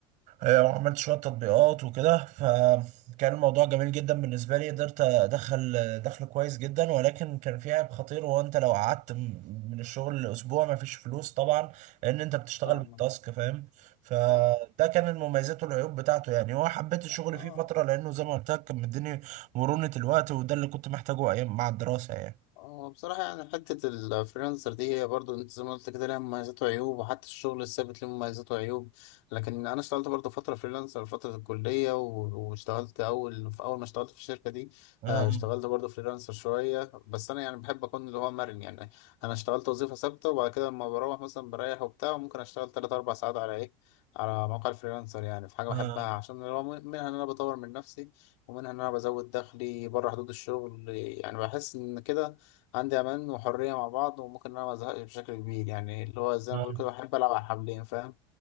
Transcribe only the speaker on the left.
فاهم
فاهم
يعني اه
هو بصراحة يعني حتة الفريلانسر دي هي برضو انت زي ما قلت كده لها مميزات وعيوب وحتى الشغل الثابت له مميزات وعيوب لكن انا اشتغلت برضو فترة فريلانسر فترة الكلية و- واشتغلت اول في اول ما اشتغلت في الشركة دي
آه، اشتغلت برضو فريلانسر شوية بس انا يعني بحب اكون اللي هو مرن يعني انا اشتغلت وظيفة ثابتة وبعد كده لما بروح مثلا بريح وبتاع وممكن اشتغل تلات اربع ساعات على ايه على موقع الفريلانسر يعني في حاجة
بحبها
عشان اللي هو منها ان انا بطور من نفسي ومنها إن أنا بزود دخلي بره حدود الشغل يعني بحس إن كده عندي أمان وحرية مع بعض وممكن إن أنا مزهقش بشكل كبير يعني اللي هو زي ما
بقول كده بحب ألعب على حبلين فاهم